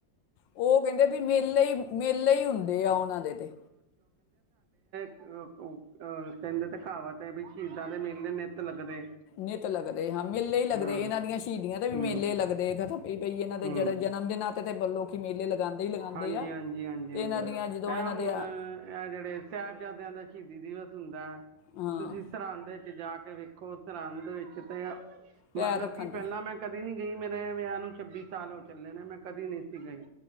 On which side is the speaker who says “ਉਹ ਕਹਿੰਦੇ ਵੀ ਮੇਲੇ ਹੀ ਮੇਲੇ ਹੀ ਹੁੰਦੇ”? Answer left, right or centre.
Left